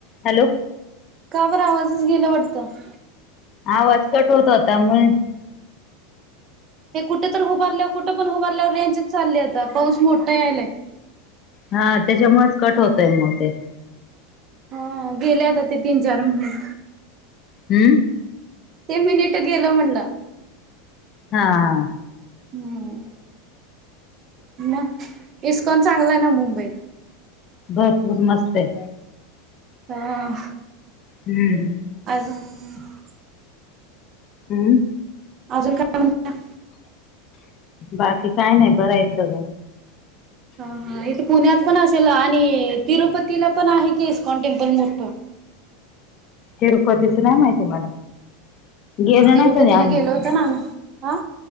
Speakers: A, on the left; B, on the right.
A: Hello
B: का बरं आवाजच गेला वाटतं
A: आवाज कट होत होता मन
B: ते कुटतर उभारल्यावर कुट पण उभारल्यावर रेंजच चाल्ली आता पाऊस मोठा यायलाय
A: हां तेज्यामुळच कट होतोय मग ते
B: हां गेले आता ते तीन चार महिने
A: हंम
B: ते मिनिट गेलं म्हडलं
A: हा हा
B: हम्म मग इस्कॉन चांगलाय ना मुंबईत
A: भरपूर मस्तए
B: हां
A: हम्
B: आज <unintelligible>
A: हम्
B: आजून काय मनताय
A: बाकी काय नाई बराय सगळं
B: हा हा इत पुण्यात पण असेल आणि तिरुपतीला पण आहे कि इस्कॉन टेम्पल मोठं
A: तिरुपतीच नाय माहिती मला गेलं
B: हं तिरुपतीला
A: नाही कधी आम्ही
B: गेलो होत ना हा